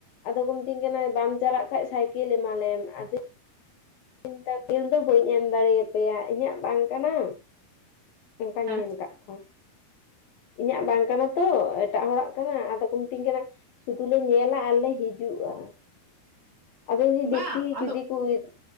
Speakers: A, on the left (about 60°); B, on the right (about 40°).
A: ᱟᱫᱚ ᱠᱚ ᱢᱤᱛᱟᱹᱧ ᱠᱟᱱᱟ ᱵᱟᱢ ᱪᱟᱞᱟᱜ ᱠᱷᱟᱱ ᱥᱟᱭᱠᱮᱞ ᱮᱢᱟᱞᱮᱢ ᱟᱫᱚᱧ ᱥᱟᱭᱠᱮᱞ ᱫᱚ ᱵᱟᱹᱧ ᱮᱢ ᱫᱟᱲᱮᱭᱟᱯᱮᱭᱟ ᱤᱧᱟᱹᱜ ᱵᱟᱝ ᱠᱟᱱᱟ ᱚᱝᱠᱟᱧ
B: ᱦᱮᱸ
A: ᱢᱮᱱ ᱠᱟᱫ ᱠᱚᱣᱟ ᱤᱧᱟᱹᱜ ᱵᱟᱝ ᱠᱟᱱᱟ ᱛᱚ ᱮᱴᱟᱜ ᱦᱚᱲᱟᱜ ᱠᱟᱱᱟ ᱟᱫᱚ ᱠᱚ ᱢᱤᱛᱟᱹᱧ ᱠᱟᱱᱟ ᱥᱩᱫᱩ ᱞᱮ ᱧᱮᱞᱟ ᱟᱨᱞᱮ ᱦᱤᱡᱩᱜᱼᱟ ᱟᱫᱚ ᱯᱮᱫᱧᱟ ᱫᱮᱠᱷᱤ
B: ᱵᱟᱝ ᱟᱫᱚ
A: ᱡᱩᱫᱤ ᱠᱚ ᱦᱩᱭᱩᱜ